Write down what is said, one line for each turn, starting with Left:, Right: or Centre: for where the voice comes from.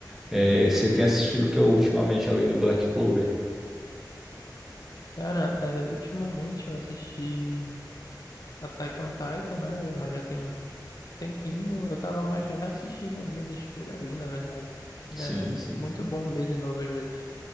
Centre: É, você tem assistido o que eu ultimamente, além do Black Clover?
Left: Cara, é, ultimamente eu assisti Attack on Titan, né? Mas já tem um tempinho. Eu tava mais reassistindo animes que eu já vi, na verdade.
Centre: Sim,
Left: É
Centre: sim.
Left: muito bom ver de novo às vezes.